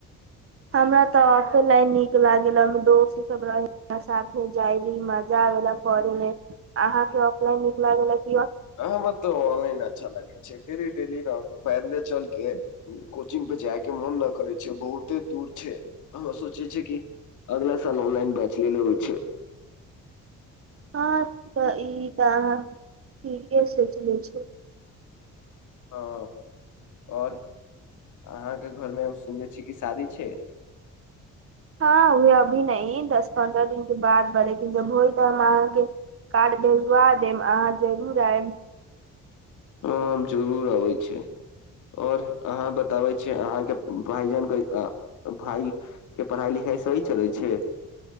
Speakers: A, on the right; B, on the left.
A: हमरा तऽ ऑफेलाइन नीक लागेल, ओहिमे दोस्त सब रहल। साथ मे जाय रही, मजा आबेला पढ़ेमे। अहाँके ऑफलाइन निक लागेल की
B: हमरा तऽ ऑनलाइन अच्छा लागै छै। डेली डेली न पैदले चलके कोचिंग पे जायके मुन न करै छै बहुते दूर छै। हाॅ सोचे छी कि, अगला साल ऑनलाइन बैच ले लेबैय छै।
A: हँ तऽ ई तऽ आहाॅ ठीके सोइच लैय छी।
B: हँ और। अहाँके घरमे हम सुननेे छी कि शादी छै?
A: हँ वैए अभी नहि दस पन्द्रह दिन के बाद। हॅ रेकिन जब होय त हम अहाँके कार्ड भेजवा देब अहाँ जरूर आयब।
B: हँ हम जरूर अबै छी। और अहाँ बताबै छी, अहाँके भाइजन कै -अ- भाइ के पढ़ाई लिखाई सही चलैय छै।